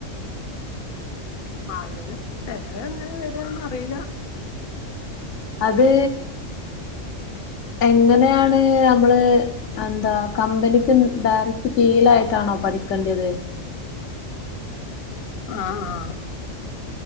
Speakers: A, on the left (about 45°); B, on the left (about 65°).
A: അതിന് ചിലവെങ്ങനെ വരുവെന്നറീല്ല.
B: അത്, എങ്ങനെയാണ് നമ്മള് എന്താ കമ്പനിക്ക് നി ദാറ് കീഴിലായിട്ടാണോ പഠി ക്കണ്ട്യത്.
A: അ... ആ